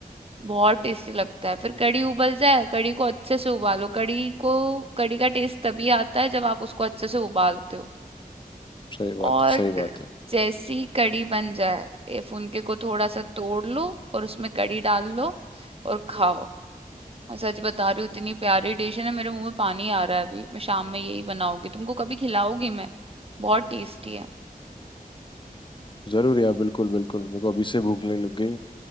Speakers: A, on the right; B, on the left.
A: बहुत टेस्टी लगता है। फिर कढ़ी उबल जाए, कढ़ी को अच्छे से उबालो। कढ़ी को कढ़ी का टेस्ट तभी आता है जब आप उसको अच्छे से उबालते हो।
B: सही बात
A: और
B: है सही बात है
A: जैसी कड़ी बन जाए ये फुनके को थोड़ा सा तोड़ लो और उसमें कड़ी डाल लो और खाओ मैं सच बता रही हूँ इतनी प्यारी डिश है ना मेरे मुंह में पानी आ रहा है अभी मैं शाम में यही बनाऊंगी तुमको कभी खिलाऊंगी मैं बहुत टेस्टी है
B: जरूर यार बिल्कुल बिल्कुल मेरे को अभी से भूख लगने लग गई